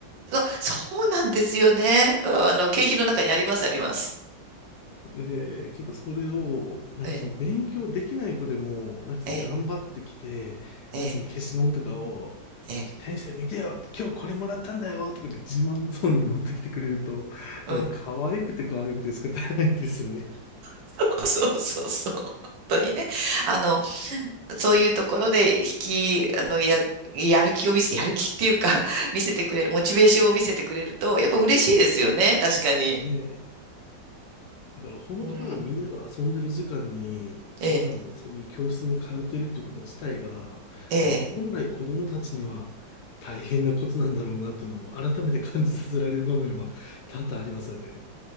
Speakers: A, on the right; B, on the left.
A: そう、そうなんですよね。うんあの、景品の中にあります、あります。
B: で、結構それを、なんかその勉強できない子でも、
A: ええ、
B: なんかその頑張ってきて、
A: ええ、ええ、
B: その消しゴムとかを、
A: ええ。
B: 先生見てよ今日これもらったんだよとかで自慢そうに持ってきてくれると、
A: うん。
B: もう可愛くて可愛くて仕方ないですよね。
A: <laughs> そうそうそう。本当にね。あの、そういうところで引き、あの、や、やる気を見せ、やる気っていうか <laughs> 見せてくれる、モチベーションを見せてくれると、やっぱ嬉しいですよね、確かに。
B: そうですね。だから本当ならみんなが遊んでる時間にわざわざそういう教室に通ってるってこと自体が、
A: うん。ええ、ええ。
B: まあ、本来子どもたちには大変なことなんだろうなっていうのを改めて感じさせられる場面は多々ありますよね。